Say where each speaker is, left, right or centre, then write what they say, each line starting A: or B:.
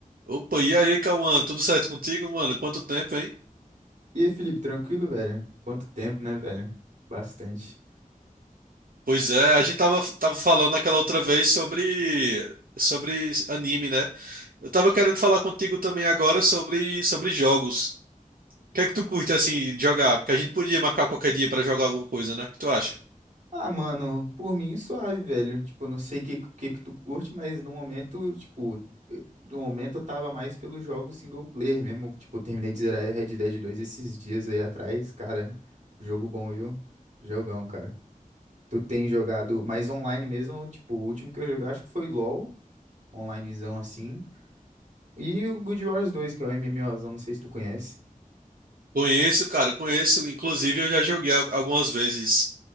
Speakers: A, on the right; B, on the right.
A: Opa, e aí, Cauã? Tudo certo contigo, mano? Quanto tempo, hein?
B: E aí, Felipe, tranquilo, velho? Quanto tempo, né, velho? Bastante.
A: Pois é, a gente tava, tava falando aquela outra vez sobre, sobre anime, né? Eu tava querendo falar contigo também agora sobre, sobre jogos. O que é que tu curte, assim, de jogar? Porque a gente podia marcar qualquer dia pra jogar alguma coisa, né? O que tu acha?
B: Ah, mano, por mim, suave, velho. Tipo, eu não sei o que, que que tu curte, mas no momento, tipo, eu- no momento eu tava mais pelo jogo single player mesmo. Tipo, eu terminei de zerar Red Dead 2 esses dias aí atrás. Cara, jogo bom, viu? Jogão, cara. Tu tem jogado mais online mesmo? Tipo, o último que eu joguei acho que foi LoL, onlinezão assim. E o Good Wars 2, que é o MMOzão, não sei se tu conhece.
A: Conheço, cara, conheço. Inclusive, eu já joguei al- algumas vezes.